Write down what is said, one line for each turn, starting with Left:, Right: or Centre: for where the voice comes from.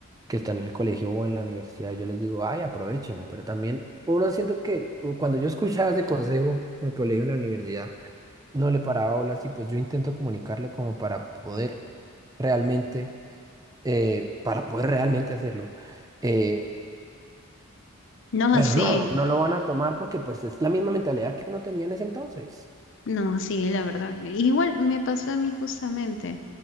Right: que están en el colegio o en la universidad, yo les digo, ay, aprovechenlo, pero también uno siento que u- cuando yo escuchaba ese consejo en el colegio, en la universidad, no le paraba olas y pues yo intento comunicarlo como para poder realmente, eh, para poder realmente hacerlo. eh,
Left: No
Right: pero
Left: es así.
Right: no, no lo van a tomar porque pues es la misma mentalidad que uno tenía en ese entonces.
Left: No, sí, la verdad. Igual me pasó a mí justamente.